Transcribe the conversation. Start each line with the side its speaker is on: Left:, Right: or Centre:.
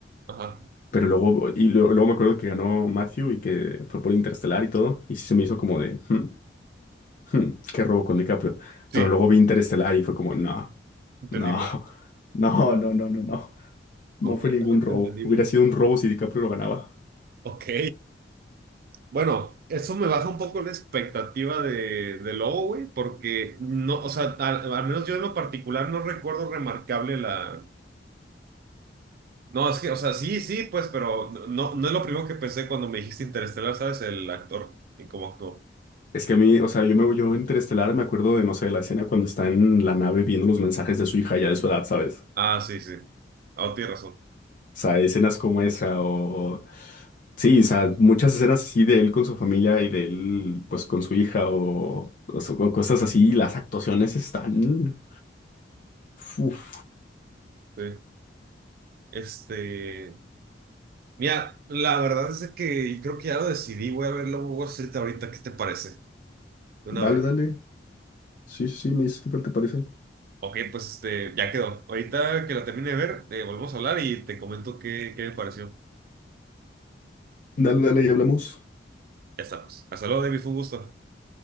Right: ajá,
Left: Pero luego, y luego luego, me acuerdo que ganó Matthew y que fue por Interestelar y todo. Y sí se me hizo como de, "Hmm, hmm, qué robo con DiCaprio.
Right: sí,
Left: Pero luego vi Interestelar y fue como, no,
Right: entendible,
Left: no, <laughs> no, no, no, no, no.
Right: completamente
Left: No fue ningún robo.
Right: entendible.
Left: Hubiera sido un robo si DiCaprio lo ganaba.
Right: Ok. Bueno, eso me baja un poco la expectativa de, de Lobo, güey, porque no, o sea, al, al menos yo en lo particular no recuerdo remarcable la. No, es que, o sea, sí, sí, pues, pero no, no no es lo primero que pensé cuando me dijiste Interestelar, ¿sabes? El actor y cómo actuó.
Left: Es que a mí, o sea, yo me yo Interestelar me acuerdo de, no sé, la escena cuando está en la nave viendo los mensajes de su hija ya de su edad, ¿sabes?
Right: Ah, sí, sí. Ah, oh, tienes razón.
Left: O sea, escenas como esa o... Sí, o sea, muchas escenas así de él con su familia y de él pues con su hija o, o so- o cosas así. y Las actuaciones están... Uf.
Right: Sí. Este. Mira, la verdad es que creo que ya lo decidí. Voy a ver Lobo Wall Street ahorita. ¿Qué te parece? De
Left: Dale,
Right: una vez.
Left: dale. Sí, sí, sí, me dices qué tal te parece.
Right: Ok, pues este, ya quedó. Ahorita que la termine de ver, eh, volvemos a hablar y te comento qué, qué me pareció.
Left: Dale, dale, y hablamos.
Right: Ya está, pues. Hasta luego, David, fue un gusto.